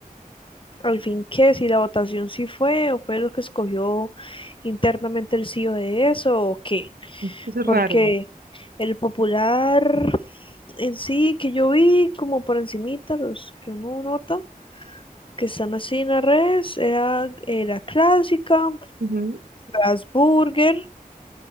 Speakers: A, on the left; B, on the right.
A: al fin qué, si la votación sí fue o fue los que escogió internamente el CEO de eso o qué.
B: Es que eso
A: Porque
B: es raro.
A: el popular en sí que yo vi como por encimita, los que uno nota, que están así en las redes, era eh, la clásica,
B: Ujú.
A: las burger